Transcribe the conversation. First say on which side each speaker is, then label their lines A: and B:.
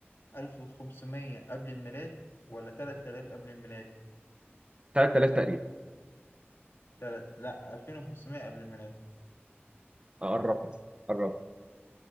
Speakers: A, on the left (about 70°); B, on the right (about 25°).
A: 1500 قبل الميلاد ولا 3000 قبل الميلاد
B: 3000 تقريبا
A: تلت... لا 2500 قبل الميلاد
B: اه قربت قربت